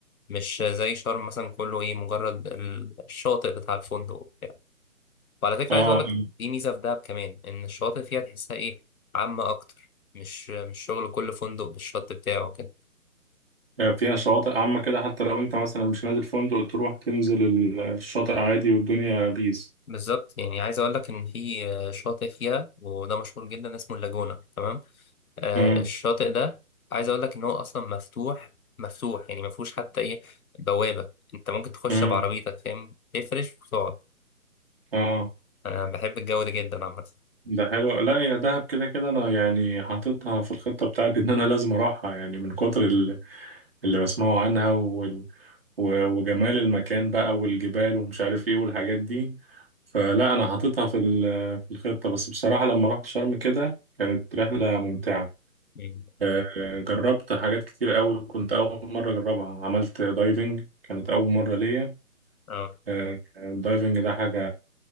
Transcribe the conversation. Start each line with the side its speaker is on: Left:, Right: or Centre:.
Left: مش زي شرم مثلا كله ايه مجرد ال- الشاطئ بتاع الفندق وبتاع وعلى فكرة
Right: اه
Left: عايز أقول
Right: آه.
Left: لك دي ميزة في دهب كمان إن الشواطئ فيها تحسها ايه عامة أكتر مش مش شغل كل فندق بالشط بتاعه كده.
Right: آه، فيها شواطئ عامه كده حتى لو انت مثلا مش نازل فندق تروح تنزل الشاطئ عادي والدنيا بيس
Left: بالظبط يعني عايز اقول لك ان في آه، شاطئ فيها وده مشهور جدا اسمه اللاجونة تمام آه،
Right: مم.
Left: الشاطئ ده عايز اقول لك ان هو اصلا مفتوح مفتوح يعني ما فيهوش حتى ايه بوابة انت ممكن تخش
Right: مم.
Left: بعربيتك فاهم تفرش وتقعد
Right: اه
Left: انا بحب الجو ده جدا عامة
Right: ده حلو لا يا دهب كده كده انا يعني حاططها في الخطة بتاعتي ان انا لازم اروحها يعني من كتر ال- اللي بسمعه عنها وال... و- وجمال المكان بقى والجبال ومش عارف ايه والحاجات دي فلا انا حاططها في ال- في الخطة بس بصراحة لما رحت شرم كده كانت رحلة ممتعة
Left: مم.
Right: آه، جربت حاجات كتير قوي كنت اول مرة اجربها عملت دايفنج كانت اول مرة ليا
Left: اه
Right: آه، الدايفنج ده حاجة